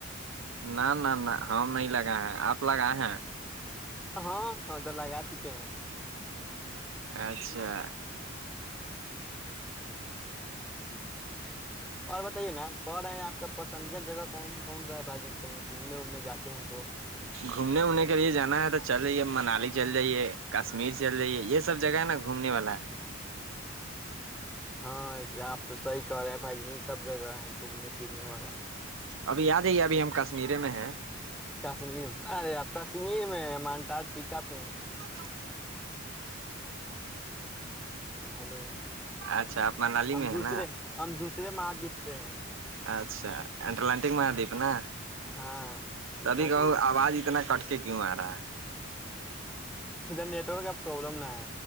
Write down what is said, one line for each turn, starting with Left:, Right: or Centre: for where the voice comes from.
Right: نہ نہ نہ ہم نہیں لگائے ہیں آپ لگائے ہیں
Centre: ہاں ہاں تو لگا چکے ہیں
Right: اچھا
Centre: اور بتائیے نا کون آیا آپ کے پسندید کے جگہ کون کون سا ہے بھجن کہیں گھومنے وومنے جاتے ہیں تو
Right: گھومنے وومنے کے لیے جانا ہے تو چل جے منالی چل جائیے کشمیر چل جائیے یہ سب جگہ ہے نا گھومنے والا ہے
Centre: ہاں آپ تو صحیح کہہ رہے ہیں بھائی جنی یہ سب جگہ ہیں گھومنے پھرنے والا
Right: ابھی یاد ہے ابھی ہم کشمییرے میں ہیں
Centre: کشمیر میں ارے آپ کشمیر میں مانٹار ٹیکا پہ ہیں
Right: تو
Centre: ہیلو
Right: اچھا آپ منالی
Centre: ہم
Right: میں
Centre: دوسرے
Right: ہے نا
Centre: ہم دوسرے مہاددیپ پہ ہیں
Right: اچھا اٹلانٹک مہادیپ نا
Centre: ہاں اتنا
Right: تبھی کہو
Centre: دور ہے
Right: آواز اتنا کٹ کیوں آ رہا
Centre: ادھر نیٹ ورک کا پروابلم ن ہے